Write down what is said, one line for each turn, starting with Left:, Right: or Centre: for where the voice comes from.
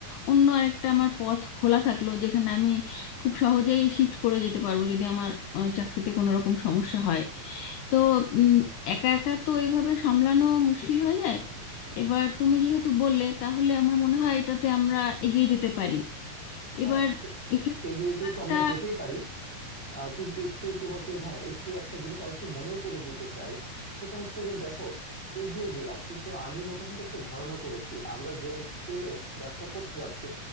Left: অন্য আরেকটা আমার পথ খোলা থাকলো যেখানে আমি খুব সহজেই শিফট করে যেতে পারবো যদি আমার আহ, চাকরিতে কোনো রকম সমস্যা হয় তো উম, একা একা তো এইভাবে সামলানো মুশকিল হয়ে যায় এবার তুমি যেহেতু বললে তাহলে আমার মনে হয় এটাতে আমরা এগিয়ে যেতে পারি
Centre: হ্যাঁ
Left: এবার
Centre: এ-
Left: এক্ষেত্রে
Centre: এগিয়ে
Left: কোনো
Centre: যেতে
Left: একটা
Centre: তো আমরা যেতেই পারি আহ কিন্তু একটু তোমাকে হ্যাঁ একটু একটা জিনিস আরেকটু মনেও করে দিতে চাই সেটা হচ্ছে যে দেখো এগিয়ে গেলাম কিন্তু আমি মোটামুটি একটা ধারণা করেছি আমরা যে স্কেলে ব্যবসা করতে যাচ্ছি